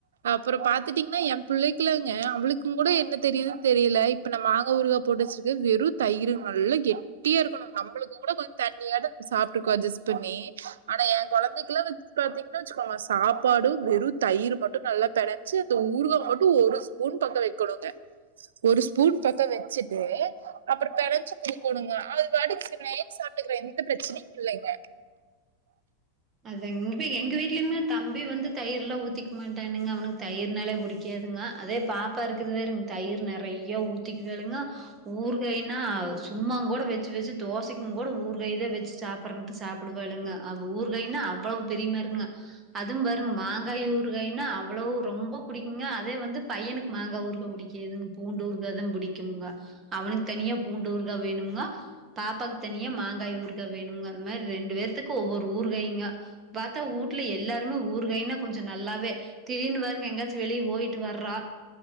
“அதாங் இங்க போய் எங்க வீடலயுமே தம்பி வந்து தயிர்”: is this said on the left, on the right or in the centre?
Right